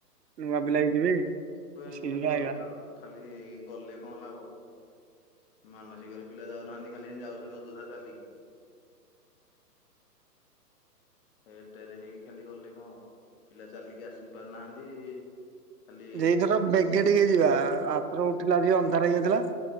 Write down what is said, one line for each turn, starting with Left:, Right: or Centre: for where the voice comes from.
Right: ନୂଆ ପିଲାଵି ଯିଵେ
Left: ଏବେ ଏମିତି
Right: ସି
Left: ଖାଲି
Right: ଯିବା
Left: ଗଲେ
Right: ଆଇବା।
Left: ଆଉ ଖାଲି ଗଲେ କଣ ଲାଭ? ମାନସିକରେ ପିଲା ଯାଉନାହାନ୍ତି ଖାଲି ସେମିତି ଯାଉଛନ୍ତି ଅଯଥା ଚାଲିକି। ହେର୍ ଟେର୍ ହେଇକି ଖାଲି ଗଲେ କଣ ହବ? ପିଲା ଚାଲିକି ଆସି ପାରୁନାହାନ୍ତି। ଖାଲି
Right: ଏଇଥର ବେଗେ ଟିକେ ଯିବା ଆାରଥର ଉଠିଲା ଆସିକି ଅନ୍ଧାର ହେଇଯାଇଥିଲା।